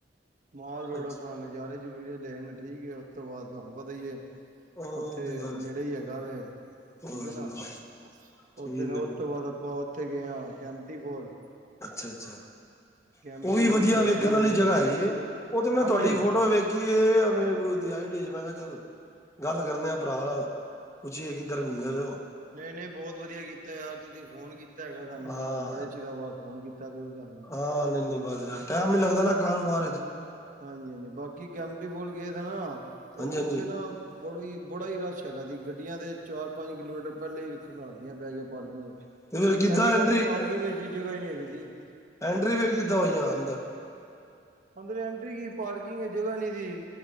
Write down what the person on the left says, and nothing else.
ਅੱਛਾ
ਉਹ
ਤੇ ਗੱਲ
ਵਾਹ
ਜੀ ਵਾਹ
ਠੀਕ
ਹੈ ਜੀ
ਅੱਛਾ-ਅੱਛਾ,
ਉਹ ਵੀ
ਵਧੀਆ
ਵੇਖਣ
ਆਲੀ ਜਗ੍ਹਾ ਹੈਗੀ ਏ। ਉਹ ਤੇ ਮੈ
ਤੁਹਾਡੀ
ਫੋਟੋ ਵੇਖ ਕੀ ਇਹ <unintelligible> ਚੱਲ ਗੱਲ ਕਰਨੇ ਆ ਭਰਾ ਨਾਲ ਪੁਛੀਏ ਕਿੱਧਰ ਗੂਮ ਰਏ ਓ।
ਹਾਂ
ਹਾਂ ਨੀ ਬਸ ਜਾ ਟੈਮ ਨ ਲੱਗਦਾ ਨਾ ਕਾਰ ਬਾਰੇ 'ਚ
ਹਾਂਜੀ ਹਾਂਜੀ
ਤੇ ਫਿਰ ਕਿੱਦਾਂ
ਐਂਟਰੀ
ਐਂਡਰੀ ਵੇਲ ਕਿੱਦਾਂ ਹੋਈਆ ਅੰਦਰ